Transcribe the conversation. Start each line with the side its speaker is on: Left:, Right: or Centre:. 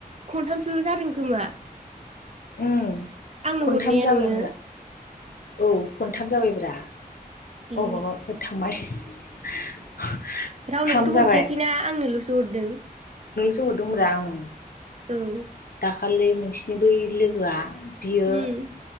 Right: खनथामसोल' जादों खोमा ।
Left: उम।
Right: आंनो
Left: खनथाम
Right: हरनाया
Left: जाबायब्रा
Right: नोङो ।
Left: औ खनथाम जाबायब्रा।
Right: ए
Left: अबवबाफोर थांबाय? <inaudible>
Right: रावनोबोथ'
Left: थाम
Right: हरखायाखैना
Left: जाबाय
Right: आंनोलसो हरदों ।
Left: थ हदोंब्रा उम।
Right: औ।
Left: खालै नोंसिनि बै लोगोआ बियो
Right: उम